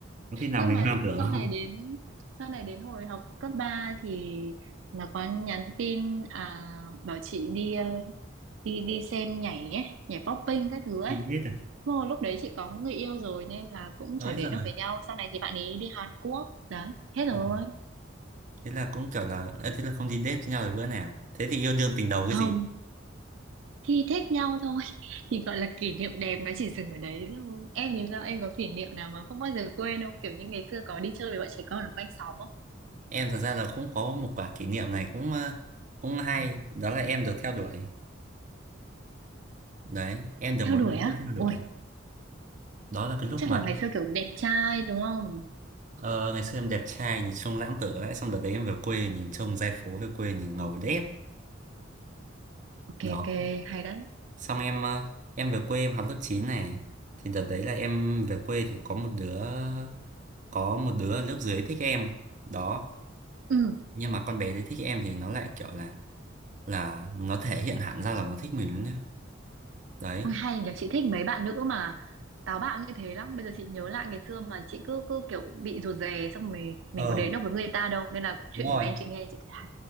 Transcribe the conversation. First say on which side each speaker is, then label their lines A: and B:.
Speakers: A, on the right; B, on the right.
A: có khi nào
B: nhưng
A: mình
B: mà
A: hoang tưởng
B: sau
A: không
B: này đến sau này đến hồi học cấp 3 thì nó có nhắn tin à, bảo chị đi ờ, đi đi xem nhảy ấy, nhảy popping các thứ ấy.
A: <laughs> đi date
B: Vô lúc đấy chị có người yêu rồi nên là cũng
A: à
B: chả
A: ới
B: đến
A: giời
B: được với nhau. Sau này thì bạn ấy đi Hàn Quốc. Đấy, hết rồi.
A: Ừ. thế là cũng kiểu là ờ, thế là không đi date với nhau được bữa nào thế thì yêu đương tình đầu cái
B: Không,
A: gì
B: thì thích nhau thôi. <laughs> Thì gọi là kỷ niệm đẹp nó chỉ dừng ở đấy thôi. Em thì sao? Em có kỷ niệm nào mà không bao giờ quên không? Kiểu như ngày xưa có đi chơi với bọn trẻ con ở quanh xóm không?
A: em thật ra là cũng có một quả kỷ niệm này cũng ờ, cũng hay đó là em được theo đuổi đấy em được một
B: Theo đuổi
A: bạn
B: á?
A: nữ theo đuổi
B: Ui
A: đó là cái lúc
B: chắc
A: mà
B: là ngày xưa kiểu đẹp trai đúng không
A: Ờ, ngày xưa em đẹp trai nhìn trông lãng tử ấy xong đợt đấy em về quê nhìn trông giai phố về quê nhìn ngầu đét
B: ok
A: đó
B: ok hay đấy
A: xong em ờ, em về quê em học lớp 9 này thì đợt đấy là em về quê thì có một đứa có một đứa ở lớp dưới thích em đó
B: ừ
A: nhưng mà con bé đấy thích em thì nó lại kiểu là là nó thể hiện hẳn ra là nó thích mình nhá đấy
B: ôi hay nhờ chị thích mấy bạn nữ mà táo bạo như thế lắm bây giờ chị nhớ lại ngày xưa mà chị cứ cứ kiểu bị rụt rè xong rồi mình
A: ờ
B: có đến được với người ta đâu nên là chuyện
A: đúng rồi
B: của em chị nghe chị thấy hay